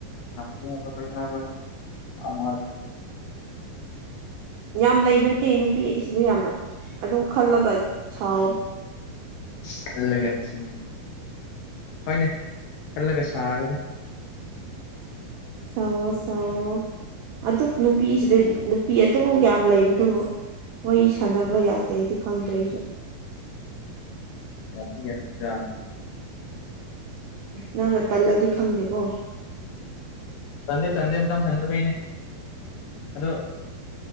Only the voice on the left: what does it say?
ꯌꯥꯗꯦ ꯍꯥꯏꯕ꯭ꯔꯥ ꯀꯩ ꯍꯥꯏꯕ꯭ꯔꯥ ꯑꯃꯥ
ꯏꯁ ꯈꯜꯂꯒ ꯁꯨꯝ ꯍꯣꯏꯅꯦ ꯈꯜꯂꯒ ꯁꯥꯔꯒ‌ꯦ
ꯌꯥꯗꯤ ꯌꯥꯅꯤꯗ
ꯇꯟꯗꯤ ꯇꯟꯗꯦ ꯃꯇꯝ ꯁꯪꯗꯕꯩꯅꯦ ꯑꯗꯨ